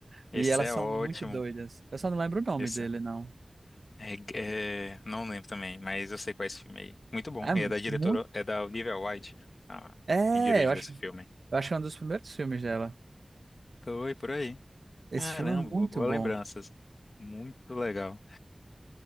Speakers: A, on the right; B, on the left.
A: E
B: esse
A: elas
B: é
A: são
B: ótimo.
A: muito doidas. Eu só não lembro o nome
B: Esse
A: dele, não.
B: é, é- não lembro também, mas eu sei qual é esse filme aí. Muito bom.
A: É
B: É da diretora,
A: muito.
B: é da Olivia Wilde, ah,
A: É,
B: quem dirigiu
A: eu acho,
B: esse filme.
A: eu acho que é um dos primeiros filmes dela.
B: Foi por aí.
A: Esse
B: Caramba,
A: filme é muito
B: bo- boas
A: bom.
B: lembranças. Muito legal.